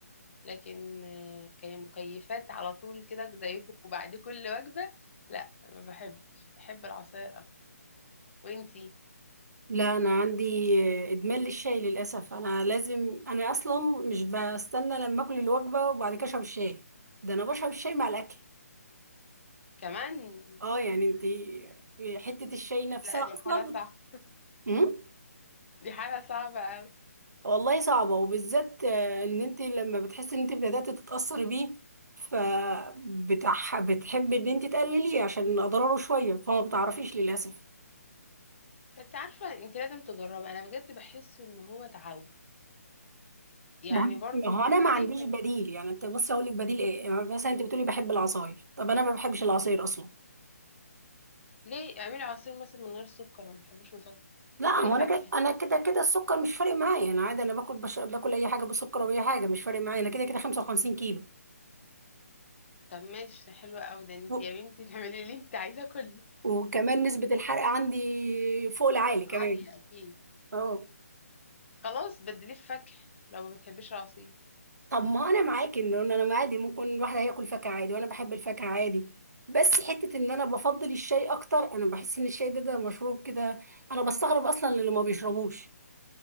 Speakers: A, on the left; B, on the right.
A: لكن آه، كمكيفات على طول كده زيكم وبعد كل وجبه لا ما بحبش بحب العصاير اكتر وانتي
B: لا أنا عندي آه، إدمان للشاي للأسف أنا لازم أنا أصلا مش بستنى لما أكل الوجبة وبعد كده أشرب الشاي ده أنا بشرب الشاي مع الأكل
A: كمان
B: أه يعني أنتي حتة الشاي نفسها
A: لا دي
B: أصلا
A: حاله صعبه
B: بت... مم؟
A: دي حاله صعبه قوي
B: والله صعبة وبالذات آه، إن أنتي لما بتحسي إن أنتي بدأت تتأثري بيه فبتح... بتحبي إن أنتي تقلليه عشان أضراره شوية فما بتعرفيش للأسف
A: بس عارفه انت لازم تجربي انا بجد بحس ان هو تعود يعني
B: ما هو
A: برضو
B: ما
A: جوزي
B: هو انا ما عنديش
A: كان
B: بديل يعني انت بصي اقول لك بديل ايه يعني مثلا انت بتقولي بحب العصاير طب انا ما بحبش العصاير اصلا
A: ليه اعملي عصير مثلا من غير سكر ما بيحبوش
B: لا هو
A: كلي فاكهة
B: انا كده انا كده كده السكر مش فارق معايا انا عادي انا باكل بش... باكل اي حاجه بسكر او اي حاجه مش فارق معايا انا كده كده 55 كيلو
A: طب ماشي حلوة أوي ده انت
B: و...
A: يا بنتي <laughs> تعملي اللي انت عايزاه كله
B: وكمان نسبه الحرق عندي فوق العالي كمان
A: عالية أكيد
B: اه
A: خلاص بدليه في فاكهة لو ما بتحبيش العصير
B: طب ما انا معاكي ان انا أنا عادي ممكن الواحد هياكل فاكهه عادي وانا بحب الفاكهه عادي بس حته ان انا بفضل الشاي اكتر انا بحس ان الشاي ده ده مشروب كده انا بستغرب اصلا اللي ما بيشربوش